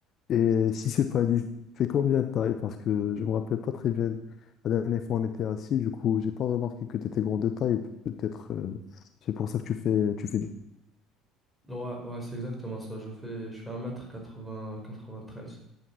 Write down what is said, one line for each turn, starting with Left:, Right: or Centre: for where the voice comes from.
Left: Et si c'est pas dit, c'est combien de taille? Parce que je me rappelle pas très bien. La dernière fois, on était assis, du coup, j'ai pas remarqué que tu étais grand de taille. Peut-être, euh, c'est pour ça que tu fais, tu fais du...
Centre: Ouais, ouais, c'est exactement ça. Je fais je fais 1 quatre quatre-vingt-treize